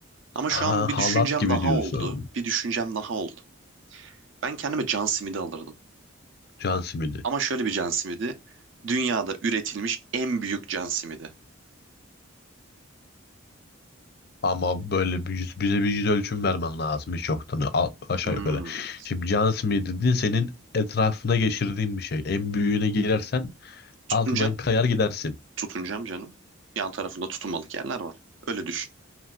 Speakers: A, on the right (about 70°); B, on the left (about 50°).
A: Ama şu
B: Ha,
A: an bir
B: halat
A: düşüncem
B: gibi
A: daha
B: diyorsun.
A: oldu. Bir düşüncem daha oldu. Ben kendime can simidi alırdım.
B: Can simidi.
A: Ama şöyle bir can simidi. Dünyada üretilmiş en büyük can simidi.
B: Ama böyle bir yüz, bize bir yüz ölçüm vermen lazım hiç yoktan a- aşağı
A: Hmm.
B: yukarı. Şimdi can simidi dediğin senin etrafına geçirdiğin bir şey. En büyüğüne girersen
A: Tutuncam.
B: altından kayar gidersin.
A: Tutuncam canım. Yan tarafında tutunmalık yerler var. Öyle düşün.